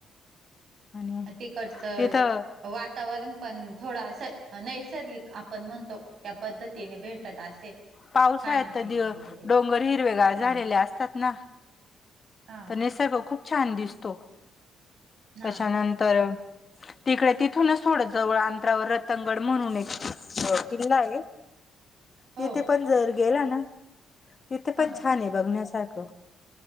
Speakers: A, on the left; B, on the right.
A: आणि
B: तिकटच
A: तिथं
B: वातावरण पण, थोडं असं नैसर्गिक आपण म्हणतो त्या पद्धतीने भेटत असेल.
A: पाऊस
B: खाणं
A: आहे आता
B: पिणं
A: तो
B: वगैरे
A: डोंगर हिरवेगार
B: ह
A: झालेले असतात ना.
B: हा
A: तर निसर्ग खूप छान दिसतो,
B: हा
A: त्याच्यानंतर तिकडे तिथूनच थोडं जवळ अंतरावर रतंगड म्हणून एक किल्ला आहे
B: <inaudible> हो
A: तिथे पण जर गेला ना तिथे
B: हा
A: पण छान हे बघण्यासारखं.